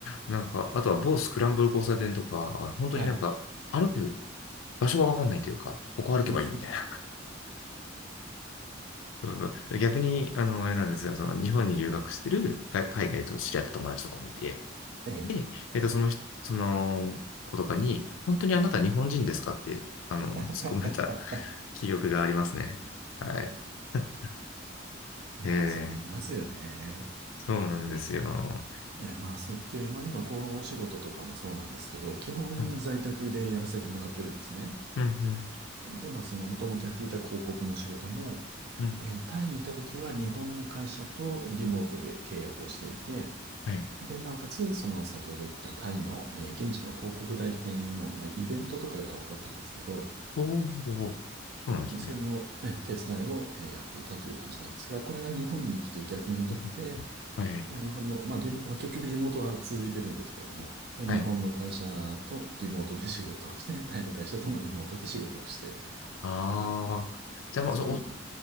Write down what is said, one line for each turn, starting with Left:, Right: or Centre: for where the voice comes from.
Left: なんか、あとは某スクランブル交差点とか、本当になんか、
Right: はい。
Left: 歩く場所がわかんないというか、ここ歩けばいいみたいな。
Right: <laughs> うん
Left: そうそう逆に、あの、あれなんですよ、その日本に留学してる海海外と知り合った友達とかもいて、
Right: ええ。
Left: で、えっと、その人、その子とかに、本当にあなた日本人ですかって、あの、
Right: <laughs>
Left: 突っ込まれた <laughs> 記憶がありますね。はい。<laughs>
Right: いやー、
Left: えー、
Right: そうなりますよね。
Left: そうなんですよ。
Right: いや、まあ、そうで、まあ今このお仕事とかもそうなんですけど、基本在宅でやらせてもらってるんですね。
Left: うん、うん、うん。
Right: で、まあその元々やっていた広告の仕事も、
Left: うん
Right: えータイにいた時は日本の会社とリモートで契約をしていて、
Left: はい。
Right: で、なおかつ、その先ほど言ったタイの、えー現地の広告代理店の、まあ、イベントとかが多かったんですけど、
Left: おーおー、そうなんですね。
Right: まあ、それの、えー手伝いを、えーやっていたという感じなんですが、これが日本に来て逆になって、
Left: うんんはい、はい。
Right: まあ、日本の、まあリモ、まあ結局リモートは続いてるんですけども、まあ、
Left: はい。
Right: 日本の会社とリモートで仕事をして、タイの会社ともリモートで仕事をして、
Left: ああ。じゃあ、
Right: でそれを、
Left: もうそのお、